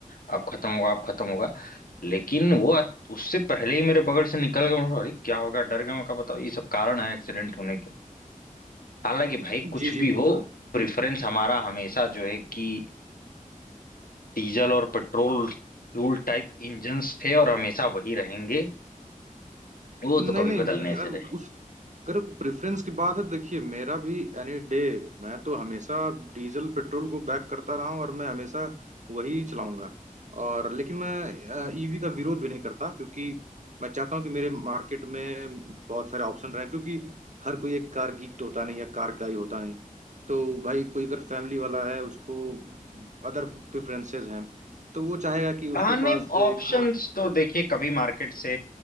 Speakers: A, on the left; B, on the right.
A: अब खत्म होगा अब खत्म होगा लेकिन वो अत- उससे पहले ही मेरे बगल से निकल गया मैं बोला, अरे क्या होगा डर गया मैं कहा बताओ ये सब कारण है एक्सीडेंट होने के हालांकि भाई कुछ
B: जी
A: भी
B: जी बिल्कुल
A: हो प्रेफरेंस हमारा हमेशा जो है कि डीजल और पेट्रोल फ्यूल टाइप इंजन्स थे और हमेशा वही रहेंगे वो
B: नहीं
A: तो कभी
B: नहीं
A: बदलने से
B: अगर
A: रहे
B: उस अगर प्रेफरेंस की बात है तो देखिए मेरा भी एनी डे मैं तो हमेशा डीजल पेट्रोल को बैक करता रहा हूँ और मैं हमेशा वही चलाऊंगा और लेकिन मैं ईवी का विरोध भी नहीं करता क्योंकि मैं चाहता हूँ कि मेरे मार्केट में बहुत सारे ऑप्शन रहें क्योंकि हर कोई एक कार गीक तो होता नहीं या कार गाई होता नहीं तो भाई कोई अगर फैमिली वाला है उसको अदर प्रेफरेंसेस हैं तो वो चाहेगा कि उसके
A: हाँ नहीं
B: पास
A: ऑप्शंस
B: एक
A: तो देखिए कभी मार्केट से